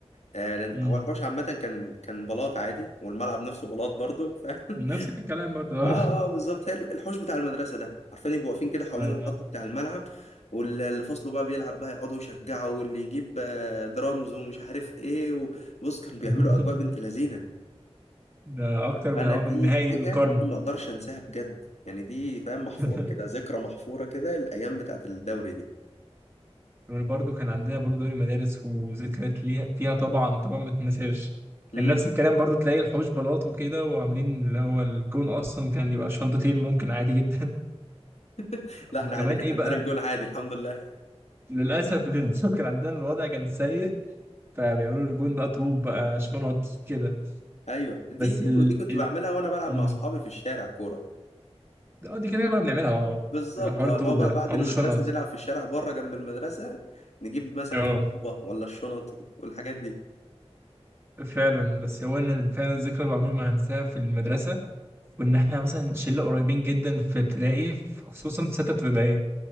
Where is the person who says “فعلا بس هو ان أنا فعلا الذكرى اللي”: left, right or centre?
Right